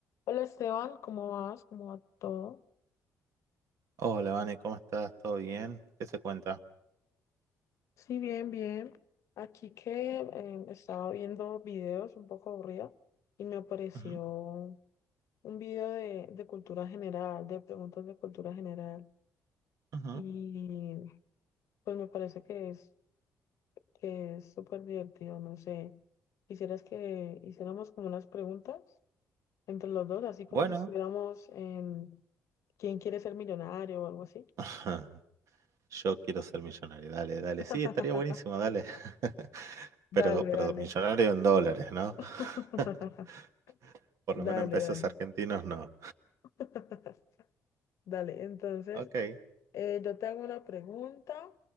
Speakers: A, on the left; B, on the right.
A: Hola Esteban, ¿cómo vas? ¿Cómo va todo?
B: Hola, Vane, ¿cómo estás? ¿Todo bien? ¿Qué se cuenta?
A: Sí, bien, bien. Aquí que eh, estaba viendo videos un poco aburrida y me apareció
B: Ujú,
A: un video de, de cultura general, de preguntas de cultura general.
B: ujú.
A: Y pues me parece que es que es súper divertido, no sé. ¿Quisieras que hiciéramos como unas preguntas entre los dos, así como
B: Bueno,
A: si estuviéramos en ¿Quién quiere ser millonario o algo así?
B: <laughs> yo quiero ser millonario. Dale, dale.
A: <laughs>
B: Sí, estaría buenísimo, dale. <laughs>
A: Dale,
B: Pero, pero
A: dale.
B: millonario en dólares, ¿no?
A: <laughs>
B: <laughs> Por
A: Dale,
B: lo menos en pesos
A: dale.
B: argentinos no.
A: <laughs> Dale, entonces
B: Ok.
A: eh, yo te hago una pregunta